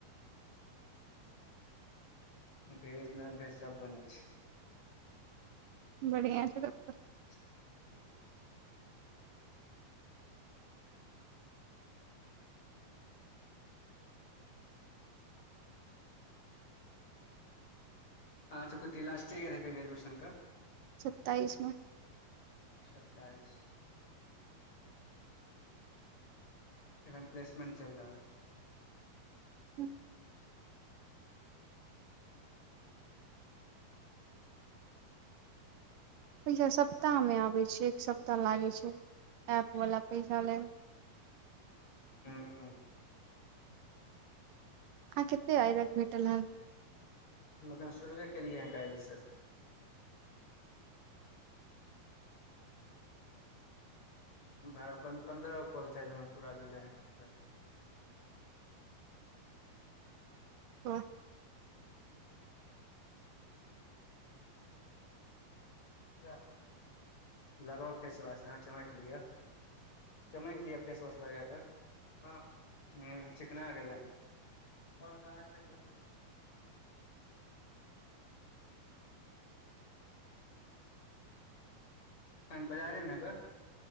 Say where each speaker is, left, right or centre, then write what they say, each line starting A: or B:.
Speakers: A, on the left (about 45°); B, on the right (about 65°).
A: भेज नॉन भेज सभ बनै छै
B: बढ़िया छै तब
A: <inaudible> अहाँ सभके त इ लास्टे इयर हेते ग्रेजुएशन के
B: सत्ताइस म
A: सताइस। एखन प्लसमेट चलि रहल छै
B: हूँ। पैसा सप्ताहमे आबैत छै एक सप्ताह लागै छै एऐप वला पैसा ल
A: हू हू
B: अहाँ कते आइ धेर भेटल हैं
A: हम एखन शुरुवे केलियै है काल्हि स बारह पन्द्रह गो कॉल सायद हमर पूरा भेलै हैं अखन तक
B: ओ।
A: जा। लगाउ फेसवाश अहाँ चमक लिआ चमक लिअ फेसवाश लगा कऽ हा चिकना गेलै ह पर जा के। एखन बाजारे मे हेबै